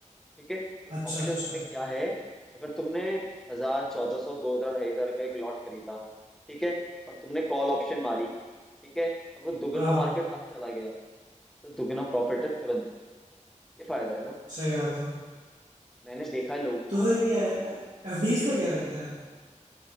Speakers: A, in the centre; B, on the right.
A: ठीक है बट
B: अच्छा
A: ऑप्शंस
B: अच्छा
A: में क्या है अगर तुमने हजार चौदह सौ दो हजार ढाई हजार का एक लॉट खरीदा ठीक है और तुमने कॉल ऑप्शन मारी ठीक है और वो दुगना
B: हाँ
A: मार्केट अब चला गया तो दुगना प्रॉफिट है तुरंत ये फायदा है ना
B: सही बात है
A: मैंने देखा है लोगों
B: तो
A: को
B: फिर
A: कि
B: ये एफडीज का क्या रहता है